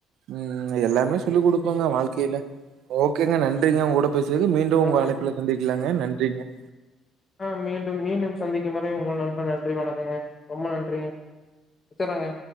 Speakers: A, on the right; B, on the left.
A: உம் உம் எல்லாமே சொல்லிக் குடுப்பேங்க
B: ம்
A: வாழ்க்கையில ஓக்கேங்க நன்றிங்க உங்ககூட பேசியது மீண்டும்
B: உண்மதாங்க
A: உங்கள அழைப்புல சந்திக்கலாங்க நன்றிங்க
B: அ மீண்டும் மீண்டும் சந்திக்கும் வரை உங்க நண்பன் நன்றி வணக்கங்க ரொம்ப நன்றிங்க வச்சட்றங்க